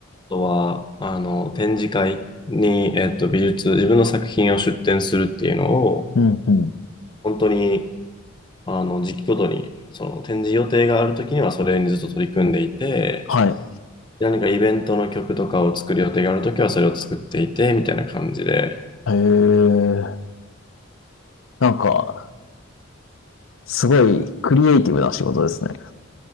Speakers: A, on the left; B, on the left.
A: あとは、あの展示会に、えっと、美術、自分の作品を出展するっていうのを、
B: うん、うん。
A: 本当に、あの時期ごとに、その展示予定があるときにはそれにずっと取り組んでいて、
B: はい。
A: 何かイベントの曲とかを作る予定があるときはそれを作っていて、みたいな感じで、
B: へえ。なんか、すごいクリエイティブな仕事ですね。